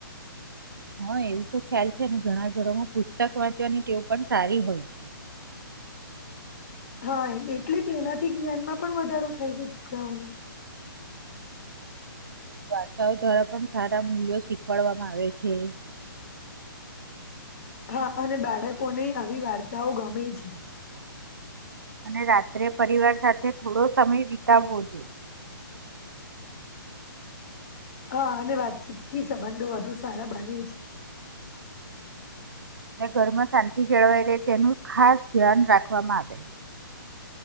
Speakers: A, on the right; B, on the left.
A: હા એવું તો ખ્યાલ છે ને ઘણા ઘરોમાં પુસ્તક વાં ચવાની ટીવ પણ સારી હોય છે.
B: હા એટલે તેનાથી જ્ઞાનમાં પણ વધારો થાય છે છોકરાઓને.
A: વાર્તાઓ દ્વારા પણ સારા મૂલ્યો શીખવાડવામાં આવે છે.
B: હા અને બાળકોને આવી વાર્તાઓ ગમે છે.
A: અને રાત્રે પરિવાર સાથે થોડો સમય વિતાવવો જોઈએ.
B: હા અને વાતચીત થી સંબંધો વધુ સારા બને છે.
A: ને ઘરમાં શાંતિ જળવાઈ રહે તેનું ખાસ ધ્યાન રાખવામાં આવે.